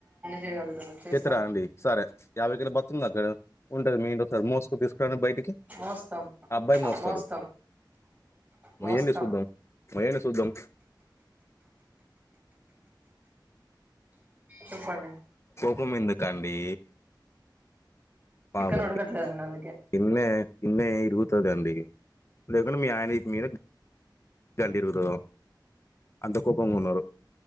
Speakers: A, on the right (about 20°); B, on the left (about 35°).
A: చేయగలుగుతాం చేస్తాం
B: చెత్తరా అండి సరే యాబై కిలోల బస్తా మోస్తర ఉంటది మీం ఒకసారి మోసుకు తీసుకుని బయటికి
A: మోస్తాం
B: అబ్బాయి మోస్తాడు
A: మోస్తాం
B: మోయండి
A: మోస్తాం
B: చూద్దాం మ చూద్దాం
A: చెప్పండి
B: మ్మ్ ఎందుకండి <unintelligible>
A: చికెన్ ఉడకట్లేదండి అందుకే
B: వెన్నె ఇరుగుతుందిండి లేకుండా మీ ఆయన మీద చండీరుతు అంత కోపంగా ఉన్నారు